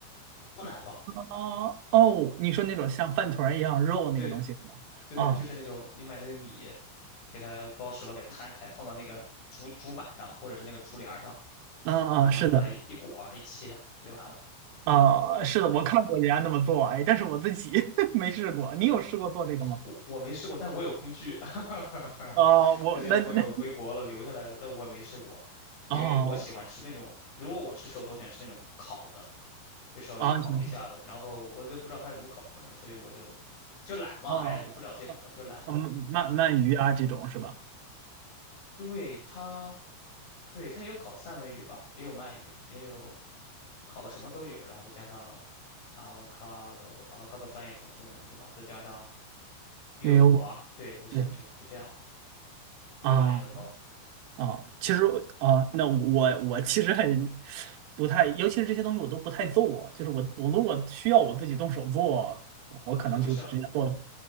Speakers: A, on the left; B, on the right.
A: 不难吧？
B: 啊。哦，你说那种像饭团儿一样肉那个东西是吧？
A: 对对啊，
B: 啊
A: 就是那种你买那个米，给它包熟了，给摊开，放到那个竹竹板上或者是那个竹帘儿上，
B: 啊啊，
A: 然后把它一裹一切，
B: 是的。
A: 不就完了？
B: 啊，是的，我看过人家那么做，哎，但是我自己 <laughs> 没试过。你有试过做这个吗？
A: 我我没试过，但是我有工具，<laughs>
B: 哦，我那那
A: 之前朋友回国了留下来的，但我没试过，因为我喜欢吃那种，
B: 哦
A: 如果我吃寿司，我喜欢吃那种烤的。就稍微烤一下子，
B: 啊，行行
A: 然后我就不知道他是怎么烤出来的，所以我就就懒嘛，
B: 哦，
A: 哎呀，就不找借口了，
B: 哦嗯，
A: 就是懒嘛。
B: 鳗鳗鱼啊这种是吧？
A: 对他，对他也有烤三文鱼吧，也有鳗鱼，也有烤的什么都有，然后再加上 avocado，avocado 翻译成中文是什么？再加上牛油果啊，
B: 因为我
A: 对，我喜欢吃这样的，
B: 对
A: 热量也很高
B: 啊啊，其实啊，那我我其实很不太，尤其是这些东西我都不太做，就是我我如果需要我自己动手做，我可能就直接做，
A: 啊，就不吃了